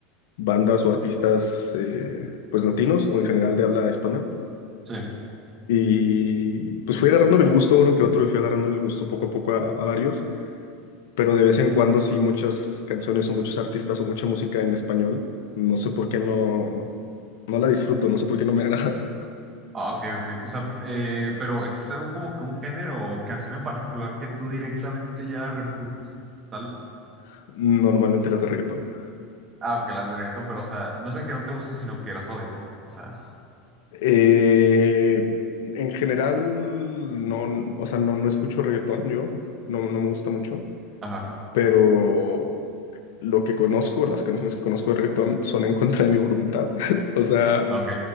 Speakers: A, on the left; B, on the right.
A: bandas o artistas, eh, pues latinos o en general de habla hispana.
B: Sí.
A: Y pues fui agarrándole el gusto a uno que otro y fui agarrándole el gusto poco a poco a, a varios. pero de vez en cuando sí muchas canciones o muchos artistas o mucha música en español. No sé por qué no, no la disfruto, no sé por qué no me agrada
B: Ah, ok, ok. O sea, eh, pero ¿existe algo como que un género o canción en particular que tú directamente ya repudies? Tal vez.
A: <laughs> normalmente las de reggaetón.
B: Ah, ok, las de reggaetón, pero, o sea, no es de que no te gusten, sino que las odias, ¿no? O sea,
A: Eh, en general, no, o sea, no, no escucho reggaetón yo, no, no me gusta mucho,
B: ajá,
A: pero lo que conozco, las canciones que conozco de reggaetón son en contra de mi voluntad. <laughs> O sea,
B: ah, ok.